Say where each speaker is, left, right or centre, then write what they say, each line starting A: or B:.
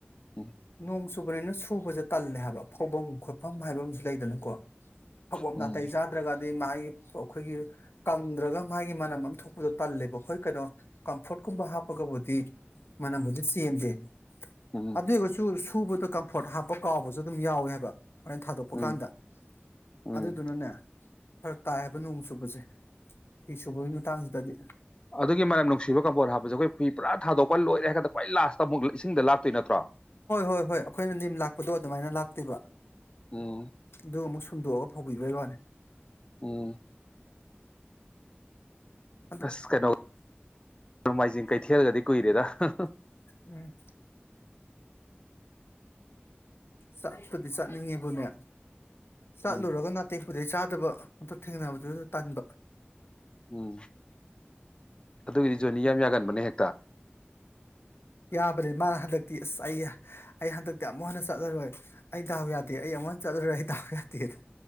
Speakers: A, on the left; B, on the left.
A: ꯎꯝ
B: ꯅꯣꯡ ꯆꯨꯕꯅꯤꯅ ꯁꯨꯕꯁꯦ ꯇꯜꯂꯦ ꯍꯥꯏꯕ ꯐꯧꯐꯝ ꯈꯣꯠꯐꯝ ꯍꯥꯏꯕ ꯑꯃꯁꯨ ꯂꯩꯗꯅꯀꯣ ꯐꯧꯚꯝ
A: ꯎꯝ
B: ꯅꯥꯇꯩ ꯆꯥꯗ꯭ꯔꯒꯗꯤ ꯃꯥꯒꯤ ꯑꯩꯈꯣꯏꯒꯤ ꯀꯪꯗ꯭ꯔꯒ ꯃꯥꯒꯤ ꯃꯅꯝ ꯑꯃ ꯊꯣꯛꯄꯗꯣ ꯇꯜꯂꯦꯕ ꯍꯣꯏ ꯀꯩꯅꯣ ꯀꯝꯐꯣꯔꯠꯀꯨꯝꯕ ꯍꯥꯞꯄꯒꯕꯨꯗꯤ ꯃꯅꯝꯕꯨꯗꯤ ꯆꯦꯟꯗꯦ
A: ꯎꯝ
B: ꯑꯗꯨꯏꯒꯁꯨ ꯁꯨꯕꯗꯣ ꯀꯝꯐꯣꯔꯠ ꯍꯥꯞꯄ ꯀꯥꯎꯕꯁꯨ ꯑꯗꯨꯝ ꯌꯥꯎꯋꯦ ꯍꯥꯏꯕ ꯍꯣꯔꯦꯟ ꯊꯥꯗꯣꯛꯄ
A: ꯎꯝ
B: ꯀꯥꯟꯗ
A: ꯎꯝ
B: ꯑꯗꯨꯗꯨꯅꯅꯦ ꯐꯔꯛ ꯇꯥꯏ ꯍꯥꯏꯕ ꯅꯣꯡ ꯆꯨꯕꯁꯦ ꯐꯤ ꯁꯨꯕꯒꯤ ꯃꯇꯥꯡꯁꯤꯗꯗꯤ
A: ꯑꯗꯨꯒꯤ ꯃꯅꯝ ꯅꯨꯡꯁꯤꯕ ꯀꯝꯐꯣꯔꯠ ꯍꯥꯞꯄꯁꯦ ꯑꯩꯈꯣꯏ ꯐꯤ ꯄꯨꯔꯥ ꯊꯥꯗꯣꯛꯄ ꯂꯣꯏꯔꯦ ꯍꯥꯏ ꯀꯥꯟꯗ ꯈ꯭ꯋꯥꯏ ꯂꯥꯁꯇ ꯑꯃꯨꯛ ꯏꯁꯤꯡꯗ ꯂꯥꯛꯇꯣꯏ ꯅꯠꯇ꯭ꯔꯣ
B: ꯍꯣꯏ ꯍꯣꯏ ꯑꯩꯈꯣꯏꯅ ꯅꯤꯝ ꯂꯥꯛꯄꯗꯣ ꯑꯗꯨꯃꯥꯏꯅ ꯂꯥꯛꯇꯣꯢꯕ
A: ꯎꯝ
B: ꯑꯗꯨꯃꯨꯛ ꯁ ꯁꯨꯝꯗꯣꯛꯑꯒ ꯐꯧꯕꯤꯕꯩ ꯋꯥꯅꯤ
A: ꯎꯝ
B: ꯑꯗꯣ
A: ꯑꯁ ꯀꯩꯅꯣ ꯅꯣꯡꯃꯥꯏꯖꯤꯡ ꯀꯩꯊꯦꯜꯒꯗꯤ ꯀꯨꯏꯔꯦꯗ ꯍꯍ
B: ꯎꯝ ꯆꯠꯄꯗꯤ ꯆꯠꯅꯤꯡꯉꯤꯕꯨꯅꯦ ꯆꯠꯂꯨꯔꯒ
A: ꯎꯝ
B: ꯅꯥꯇꯩ ꯄꯨꯗꯩ ꯆꯥ ꯐꯠꯇꯕ ꯑ ꯊꯦꯡꯅꯕꯗꯨꯗ ꯇꯟꯕ
A: ꯎꯝ ꯑꯗꯨꯒꯤꯗꯤ ꯖꯣꯅꯤ ꯌꯥꯝ ꯌꯥꯒꯟꯕꯅꯦ ꯍꯦꯛꯇ
B: ꯇꯥꯕꯅꯤ ꯃꯥꯅ ꯍꯟꯗꯛꯇꯤ ꯑꯁ ꯑꯩ ꯑꯩ ꯍꯟꯗꯛꯇꯤ ꯑꯃꯨꯛ ꯍꯟꯅ ꯆꯠꯂꯔꯣꯏ ꯑꯩ ꯗꯥꯎ ꯌꯥꯗꯦ ꯑꯩ ꯑꯃꯨꯛ ꯍꯟꯅ ꯆꯠꯂꯔꯣꯏ ꯑꯩ ꯗꯥꯎ ꯌꯥꯗꯦꯗ